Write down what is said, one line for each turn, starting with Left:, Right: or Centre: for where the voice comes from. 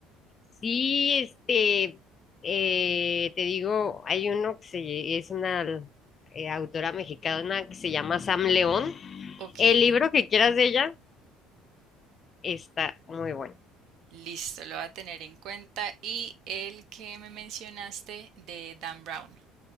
Left: sí, este, eh, te digo, hay uno que se- es una eh, autora mexicana que se llama Sam León.
Right: Ok.
Left: El libro que quieras de ella está muy bueno.
Right: Listo, lo voy a tener en cuenta. Y el que me mencionaste de Dan Brown.